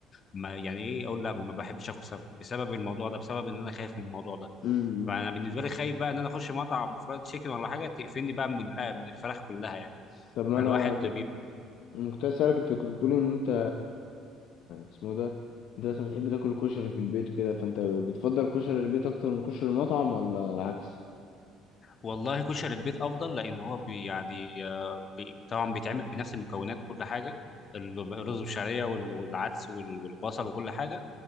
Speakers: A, on the left; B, on the left.
A: ما يعني ايه اقول لا ما بحبش اكل سمك بسبب الموضوع ده بسبب ان انا خايف من الموضوع ده
B: مم.
A: فانا بالنسبه لي خايف بقى ان انا اخش مطعم فرايد تشيكن ولا حاجه تقفلني بقى من ال- من الفراخ كلها يعني
B: طب ما
A: فالواحد
B: انا كنت
A: بي... <laughs>
B: أنا كنت عايز اسالك انت كنت بتقولي ان انت اسمه ده انت مثلا بتحب تاكل كشري في البيت وكده فانت بتفضل كشري البيت اكتر من كشري المطعم ولا العكس؟
A: والله كشري البيت افضل لان هو بي يعني آه، بي طبعا بيتعمل بنفس المكونات وكل حاجه الرز بالشعريه وال- والعدس وال- والبصل وكل حاجه